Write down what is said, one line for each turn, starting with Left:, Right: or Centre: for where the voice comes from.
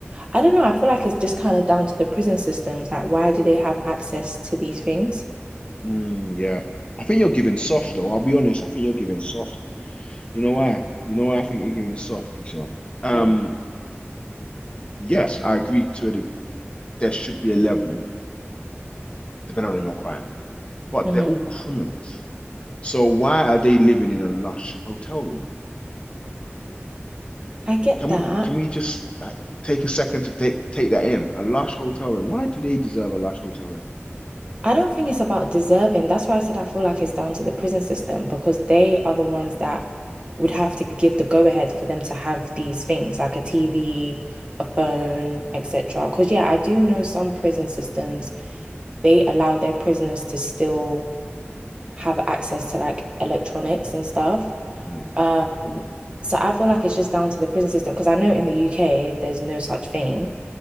Right: I don't know, I feel like it's just kind of down to the prison systems. Like, why do they have access to these things? <laughs>
Left: Mm, yeah. I think you're giving soft though. I'll be honest. I think you're giving soft. You know why? You know why I think you're giving soft, Keisha? Um,
Right: Right.
Left: yes, I agree to it. There should be a level depending on your crime, but
Right: Mhm.
Left: they're all criminals. So why are they living in a lush hotel room?
Right: I get
Left: Can
Right: that.
Left: can we just like take a second to take take that in? A lush hotel room. Why do they deserve a lush hotel room?
Right: I don't think it's about deserving. That's why I said I feel like it's down to the prison system because they are the ones that would have to give the go ahead for them to have these things like a TV, a phone, etc. Because, yeah, I do know some prison systems, they allow their prisoners to still have access to like electronics and stuff.
Left: Hmm.
Right: Um, so I feel like it's just down to the prison system because I know in the UK there's no such thing.